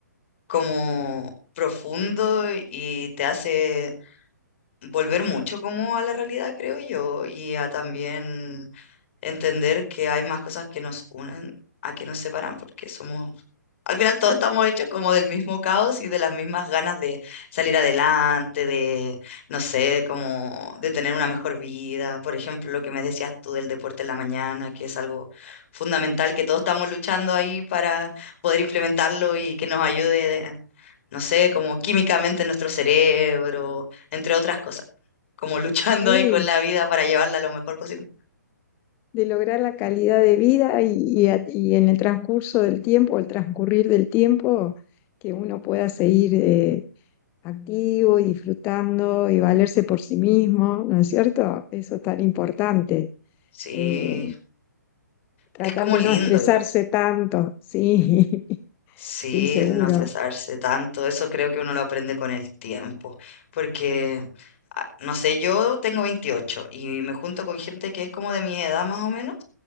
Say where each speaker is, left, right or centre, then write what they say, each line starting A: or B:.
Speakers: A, on the left (about 40°); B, on the left (about 20°).
A: como profundo y te hace volver mucho como a la realidad, creo yo, y a también entender que hay más cosas que nos unen a que nos separan, porque somos, al final todos estamos hechos como del mismo caos y de las mismas ganas de salir adelante, de, no sé, como de tener una mejor vida. Por ejemplo, lo que me decías tú del deporte en la mañana, que es algo fundamental, que todos estamos luchando ahí para poder implementarlo y que nos ayude, de- no sé, como químicamente en nuestro cerebro, entre otras cosas, como <laughs> luchando
B: Sí,
A: ahí con la vida para llevarla lo mejor posible.
B: de lograr la calidad de vida y, y a- y en el transcurso del tiempo, el transcurrir del tiempo, que uno pueda seguir eh, activo y disfrutando y valerse por sí mismo, ¿no es cierto? Eso es tan importante.
A: Sí.
B: Eh, tratar
A: Es como
B: de
A: lindo
B: no estresarse
A: igual.
B: tanto, sí, <laughs>
A: Sí,
B: sí, seguro.
A: el no cesarse tanto, eso creo que uno lo aprende con el tiempo, porque, ah, no sé, yo tengo 28 y me junto con gente que es como de mi edad más o menos,